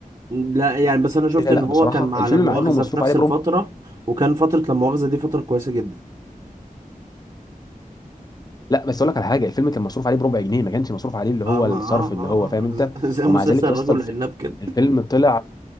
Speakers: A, on the right; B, on the left.
A: لا يعني بس انا شفت
B: لا
A: ان هو
B: بصراحه
A: كان مع
B: الفيلم
A: لا مؤاخذه
B: مع انه مصروف
A: في نفس
B: عليه بربع
A: الفتره وكان فتره لا مؤاخذه دي فتره كويسه جدا
B: لا بس اقول لك على حاجه الفيلم كان مصروف عليه بربع جنيه ما كانش مصروف عليه اللي
A: اه
B: هو
A: ما
B: الصرف
A: اه
B: اللي
A: اه,
B: هو فاهم انت
A: آه. <laughs> زي مسلسل
B: ومع ذلك
A: الرجل
B: يا اسطى الفيلم
A: العناب كده
B: الفيلم طلع